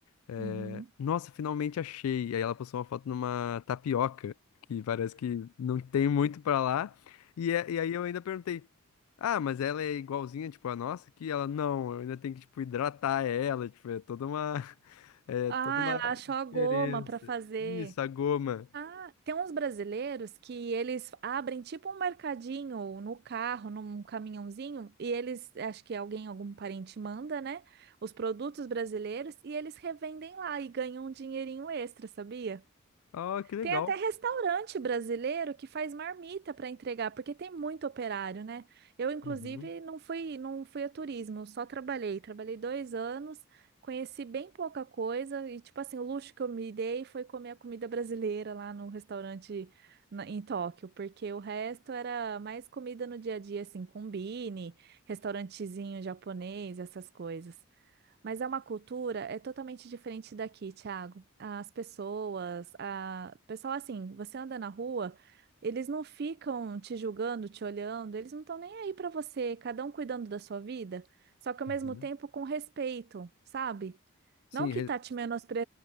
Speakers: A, on the left; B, on the right.
A: É,
B: Uhum.
A: Nossa, finalmente achei. Aí ela postou uma foto numa tapioca, que parece que não tem muito pra lá. E, é- e aí eu ainda perguntei: Ah, mas ela é igualzinha, tipo, a nossa? Que ela, não, eu ainda tenho que, tipo, hidratar ela, tipo, é toda uma, <laughs> é
B: Ah,
A: toda uma
B: ela achou a goma
A: diferença.
B: para fazer.
A: Isso, a goma.
B: Ah, tem uns brasileiros que eles abrem tipo um mercadinho no carro, num caminhãozinho, e eles, acho que alguém, algum parente manda, né? Os produtos brasileiros e eles revendem lá e ganham um dinheirinho extra, sabia?
A: Ah, que legal.
B: Tem até restaurante brasileiro que faz marmita para entregar, porque tem muito operário, né? Eu, inclusive,
A: Uhum,
B: não fui, não fui a turismo, só trabalhei. Trabalhei dois anos, conheci bem pouca coisa, e, tipo assim, o luxo que eu me dei foi comer a comida brasileira lá no restaurante na- em Tóquio, porque o resto era mais comida no dia a dia, assim, combine, restaurantezinho japonês, essas coisas. Mas é uma cultura, é totalmente diferente daqui, Thiago. As pessoas, a... pessoal, assim, você anda na rua, eles não ficam te julgando, te olhando, eles não estão nem aí pra você, cada um cuidando da sua vida, só que ao
A: uhum.
B: mesmo tempo com respeito, sabe?
A: Sim,
B: Não que
A: re-
B: tá te menospre...